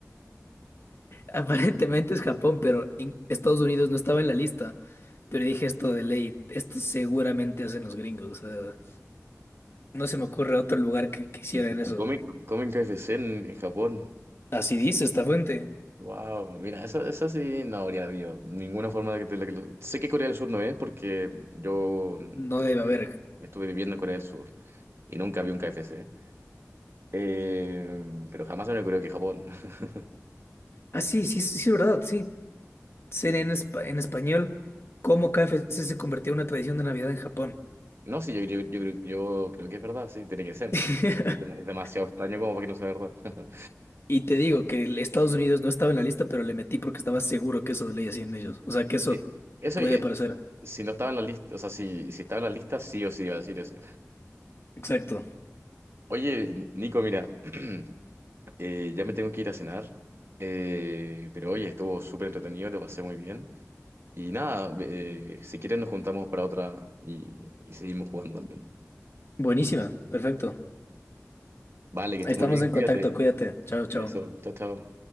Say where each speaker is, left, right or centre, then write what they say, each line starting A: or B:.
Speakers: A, on the left; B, on the right.
A: Aparentemente es Japón, pero en- Estados Unidos no estaba en la lista. Pero dije esto de ley, esto seguramente hacen los gringos. o sea, no se me ocurre otro lugar que, que hicieran
B: Y,
A: eso.
B: y comen, comen KFC en, en Japón.
A: Así dice esta fuente.
B: Wow, mira, esa, esa sí no habría habido ninguna forma de que, de la que lo- Sé que Corea del Sur no es porque yo mm,
A: No
B: estuve,
A: debe haber.
B: estuve viviendo en Corea del Sur y nunca vi un KFC. Eh, pero jamás me ocurrió que Japón. <laughs>
A: Ah, sí, sí, sí, sí, verdad, sí. CNN en, espa- en español, cómo KFC se convirtió en una tradición de Navidad en Japón.
B: No, sí, yo, yo, yo, creo yo creo que es verdad, sí, tiene que ser,
A: <laughs>
B: ¿no? Es dem- es demasiado extraño como para que no sea verdad. <laughs>
A: Y te digo que el Estados Unidos no estaba en la lista, pero le metí porque estaba seguro que eso de ley hacían ellos. O sea, que eso
B: Sí, Eso,
A: podría
B: eh,
A: parecer.
B: si no estaba en la lista, o sea, si, si estaba en la lista, sí o sí iba a decir eso.
A: Exacto.
B: Oye, N- Nico, mira, <clears throat> eh, ya me tengo que ir a cenar, eh, pero oye, estuvo súper entretenido, te pasé muy bien. Y nada, eh, si quieres nos juntamos para otra y, y seguimos jugando también.
A: Buenísima, perfecto.
B: Vale, que estés
A: Estamos
B: muy bien,
A: en
B: cuídate.
A: contacto, cuídate. Chao, chao.
B: Eso, chao, chao.